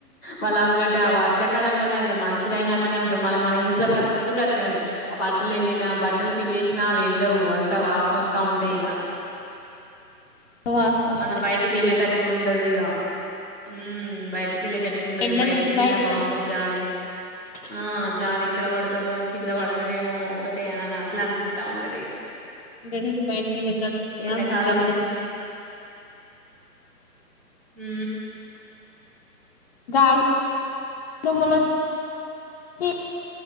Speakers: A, on the left; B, on the left.
A: మళ్ళ అందులోటి ఆ వర్షాకాలంల నైన మనుషులైనా అట్లే ఉంటం మనం మన ఇంట్ల పరిస్థితి కూడా అట్లే ఉంటాయి ఆ బట్టలు ఎండినా బట్టలు పిండేసినా అవి ఎండవు అంత వాసన అత్తవుంటాయి ఇగ
B: వాసన వస్తాయి
A: మనం బయటికి ఏళ్ళేటట్టు టు ఉండదిగా ఉ బయటికి ఏళ్ళేటట్టు ఉండది
B: ఇంట్లో
A: బయటికి
B: నుంచి
A: ఎళ్ళినా వామ్మో
B: వెళ్ళి
A: జారి ఆ జారి ఎక్కడ పడతామో కింద పడతామేమో ఒకటే అని అట్లా అనిపిత్త ఉంటది ఇగా
B: ఇంట్ల నుంచి బయ వీళ్లు ఇక్కడుంటారా
A: ఎండాకాలం
B: పెద్ద పెద్ద
A: ఊ
B: గాలి దుములోచ్చి